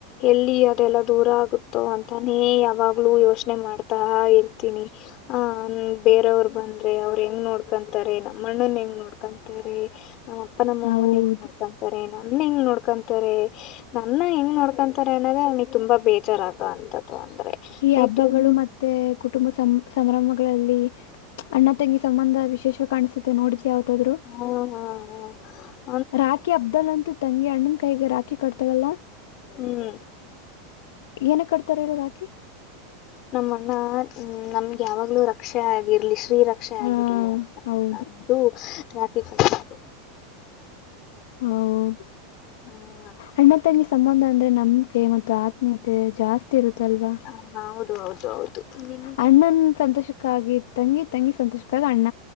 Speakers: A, on the left; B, on the left.
A: ಎಲ್ಲಿ ಅದೆಲ್ಲ ದೂರ ಆಗುತ್ತೋ ಅಂತಾನೇ ಯಾವಾಗ್ಲೂ ಯೋಚನೆ ಮಾಡ್ತಾ ಇರ್ತೀನಿ. ಹ ಬೇರವರು ಬಂದ್ರೆ ಅವ್ರು ಹೆಂಗ್ ನೋಡ್ಕೊಂತಾರೆ ನಮ್ಮಣ್ಣನ್ ಹೆಂಗ್ ನೋಡ್ಕೊಂತಾರೆ. ನಮ್ಮಪ್ಪ ನಮ್ಮಮ್ಮನ
B: ಹೌದು
A: ಹೆಂಗ್ ನೋಡ್ಕೊಂತಾರೆ ನನ್ನ ಹೆಂಗ್ ನೋಡ್ಕೊತಾರೇ ನನ್ನ ಹೆಂಗ್ ನೋಡ್ಕೊಂತಾರೆ ಅನ್ನೋದೇ ಅವ್ನಿಗೆ ತುಂಬಾ ಬೇಜಾರಾಗ ಅಂತದ್ದು ಅಂದ್ರೆ.
B: ಈ
A: ನನಗ್
B: ಹಬ್ಬಗಳು
A: ತುಂಬಾ
B: ಮತ್ತೆ ಕುಟುಂಬ ಸಂ ಸಂಭ್ರಮಗಳಲ್ಲಿ ಅಣ್ಣ ತಂಗಿ ಸಂಬಂಧ ವಿಶೇಷವಾಗಿ ಕಾಣ್ಸತ್ತು ನೋಡಿದಿಯಾ ಯಾವತ್ತಾದರೂ.
A: ಹಾ ಹಾ ಹಾ
B: ರಾಖಿ ಹಬ್ದಲ್ ಅಂತೂ ತಂಗಿ ಅಣ್ಣನ್ ಕೈಗೆ ರಾಖಿ ಕಡ್ತಾಳಲ್ಲ
A: ಹ್ಮ್
B: ಏನುಕ್ಕೆ ಕಟ್ತಾರೆ ಹೇಳು ರಾಕಿ.
A: ನಮ್ಮ ಅಣ್ಣ ನಮ್ಗೆ ಯಾವಾಗ್ಲೂ ರಕ್ಷೆ ಆಗಿರ್ಲಿ. ಶ್ರೀರಕ್ಷೆ
B: ಆ
A: ಆಗಿರಲಿ ಅಂತ
B: ಹೌದು
A: ರಾಕಿ ಕಟ್ಟದು.
B: ಹೌದು
A: ಹ
B: ಅಣ್ಣ ತಂಗಿ ಸಂಬಂಧ ಸಂಬಂಧ ಅಂದ್ರೆ ನಂಬಿಕೆ ಮತ್ತು ಆತ್ಮೀಯತೆ ಜಾಸ್ತಿ ಇರುತ್ತಲ್ವಾ.
A: ಹ ಹೌದು ಹೌದು ಹೌದು. ನಿಮಗೆ
B: ಅಣ್ಣನ್ ಸಂತೋಷಕ್ಕಾಗಿ ತಂಗಿ ತಂಗಿ ಸಂತೋಷಕ್ಕಾಗಿ ಅಣ್ಣ.